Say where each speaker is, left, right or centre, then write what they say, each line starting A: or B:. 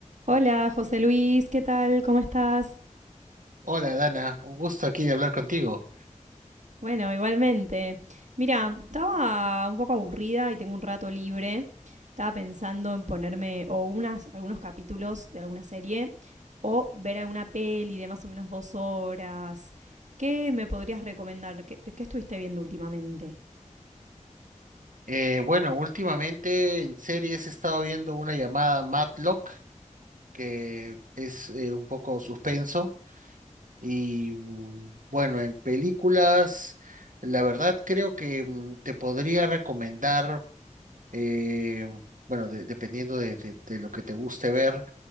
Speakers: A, on the right; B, on the right.
A: Hola, José Luis, ¿qué tal? ¿Cómo estás?
B: Hola Dana, un gusto aquí de hablar contigo.
A: Bueno, igualmente. Mira, estaba un poco aburrida y tengo un rato libre. Estaba pensando en ponerme o unas, algunos capítulos de alguna serie o ver alguna peli de más o menos dos horas. ¿Qué me podrías recomendar? ¿Qué, qué estuviste viendo últimamente?
B: Eh, bueno, últimamente en series he estado viendo una llamada Matlock, que es eh, un poco suspenso, y mm, bueno, en películas, la verdad creo que mm, te podría recomendar, eh, bueno, de- dependiendo de, de- de lo que te guste ver,